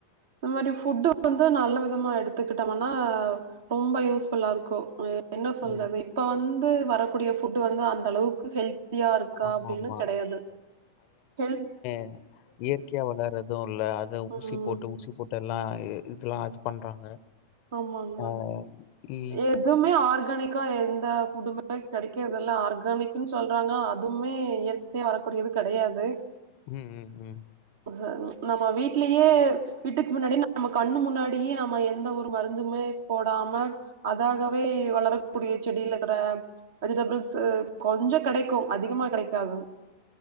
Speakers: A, on the right (about 55°); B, on the left (about 45°).
A: இந்த மாரி ஃபுட்டு வந்து நல்ல விதமா எடுத்துக்கிட்டம்னா ரொம்ப யூஸ்ஃபுல்லா இருக்கு ஏ என்ன சொல்றது
B: ம், ம்.
A: இப்ப வந்து வரக்கூடிய ஃபுட் வந்து அந்தளவுக்கு ஹெல் தியா இருக்கா
B: ஆமாமா.
A: அப்டின்னு கெடையாது ஹெல்
B: அ இயற்கையா வளர்றது இல்ல அது
A: ம்
B: ஊசி போட்டு ஊசி போட் டெல்லா இ இதெல்லா அது பண்றாங்க
A: ஆமாங்க
B: ஆ இ
A: எதுமே ஆர்கானிக் கா எந்த ஃபுட்டுமே கெடைக்கறதில்ல ஆர்கானிக்ன்னு சொல்றாங்க அதுமே இயற் கையா வரக்கூடியது கெடயாது
B: ம் ம் ம்
A: ஹ நம்ம வீட்லியே வீட்டுக்கு முன்னாடி நம்ம கண்ணு முன்னாடியே நம்ம எந்த ஒரு மருந்துமே போடாம அதாகவே வளரக்கூடிய செடில இருக்கற வெஜிடபிள்ஸ்சு கொஞ்சோ கெடைக்கு அதிகமா கெடைக்காது